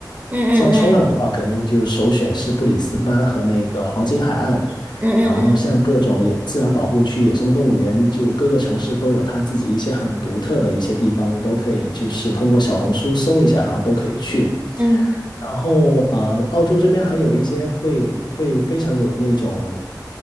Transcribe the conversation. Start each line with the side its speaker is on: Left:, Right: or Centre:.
Right: 嗯嗯
Left: 像冲浪的话，肯定就首选是布里斯班和那个黄金海岸。
Right: 嗯嗯嗯
Left: 然后像各种野自然保护区、野生动物园，就各个城市都有它自己一些很独特的一些地方，你都可以就是通过小红书搜一下，然后都可以去。
Right: 嗯
Left: 然后呃，澳洲这边还有一些会会非常有那种